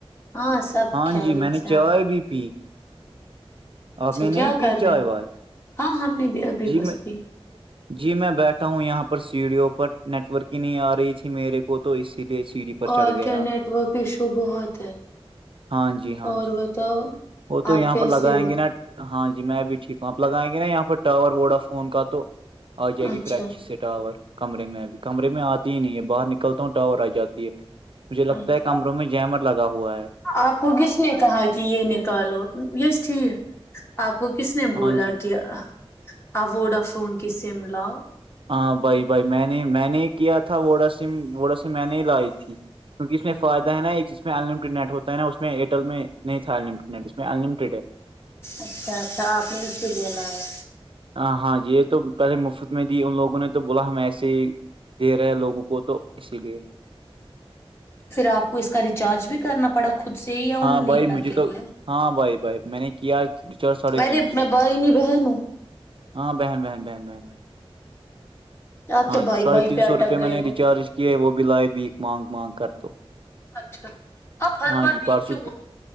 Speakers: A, on the left; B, on the right.
A: ہاں سب
B: ہاں
A: خیریت
B: جی میں نے
A: سے ہیں
B: چائے بھی پی
A: اچھا
B: آپ نے نہیں
A: کیا
B: پی
A: کر
B: چائے
A: رہے ہو
B: وائے
A: ہاں ہم نے بھی ابھی
B: جی
A: بس
B: میں
A: بھی
B: جی میں بیٹھا ہوں یہاں پر سیڈیو پر نیٹ ورک ہی نہیں آ رہی تھی میرے کو تو اسی لیے سیڑھی پر
A: اور
B: چڑھ گیا
A: کیا نیٹ ورک ایشو بہت ہے
B: ہاں جی ہاں
A: اور
B: جی
A: بتاؤ
B: وہ تو
A: آپ
B: یہاں
A: کیسے
B: پر لگائیں
A: ہو
B: گے نا ہاں جی میں بھی ٹھیک ہوں آپ لگائیں گے نا یہاں پر ٹاور ووڈا فون کا تو آ جائے
A: اچھا
B: گی پھر اچھی سی ٹاور کمے میں ابھی کمرے میں آتی ہی نہیں ہے باہر نکلتا ہوں ٹاور آ جاتی ہے مجھے لگتا
A: اچھا
B: ہے کمروں میں جمر لگا ہوا ہے
A: آپ کو کس نے کہا کہ یہ نکالو یہس ٹھیک آپ کو کس نے بولا
B: ہاں جی
A: کہ اووڈا فون کی سم لاؤ
B: ہاں بھائی بھائی میں نے میں نے ہی کیا تھا وا سم ووڑا سم میں نے ہی لائی تھی کیونکہ اس میں فائد ہے نا ایک اسس میں ان لٹڈ نٹ ہوتا ہے ن اس میں ا ایئرٹیل میں نہیں تھا ان لڈ نٹ اس میں ان لٹیڈ ہے
A: اچھا اچھا آپ نے اس کے لیے لایا
B: ہاں ہاں یہ تو پہلے مفت میں ت ان لوگوں نے تو بولا ہم ایسے ہی دے رہے ہیں لوگوں کو تو اسی لیے
A: پھر آپ کو اس کا ریچارج بھی کرنا پڑا خود سے ہی یا انہوں
B: ہاں بھائی
A: نے کر
B: مجھے
A: کے
B: تو
A: دیا
B: ہاں بھائی بھائی میں نے کیا ر چار ساڑھے
A: ارے
B: تین سو
A: میں بھائی نہیں بہن ہوں
B: ہاں بہن بہن بہین بہ
A: آپ
B: ہاں
A: تو بھائی
B: جی ساڑھے
A: بھائی
B: تین
A: پہ اٹک
B: سو روپے میں
A: گئے
B: نے
A: ہو
B: ریچارج کیاے ہے وہ بھی لائے بھی مانگ مانگ کر تو
A: اچھا آپ ہر
B: ہاں
A: بار
B: جی
A: بیچ
B: پرسوں
A: کیوں